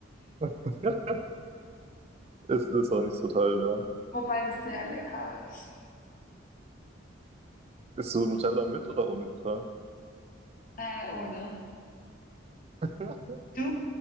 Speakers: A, on the right; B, on the left.
A: <laughs> Ist, ist auch nicht so toll, ja.
B: Wobei das sehr lecker ist.
A: Ist so Nutella mit oder ohne Butter?
B: Äh, ohne.
A: <laughs>
B: Du?